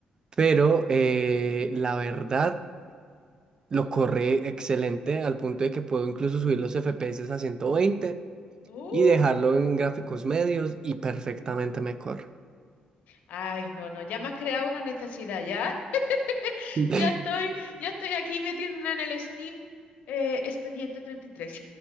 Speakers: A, on the right; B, on the left.
A: pero eh, la verdad lo corre excelente al punto de que puedo incluso subir los FPS a 120
B: Uh,
A: y dejarlo en gráficos medios y perfectamente me corre.
B: ay, no, no, ya me has creado una necesidad, ya, <laughs>
A: <laughs>
B: ya estoy, ya estoy aquí metiéndolo en el Steam, eh, Expediente treinta y tres.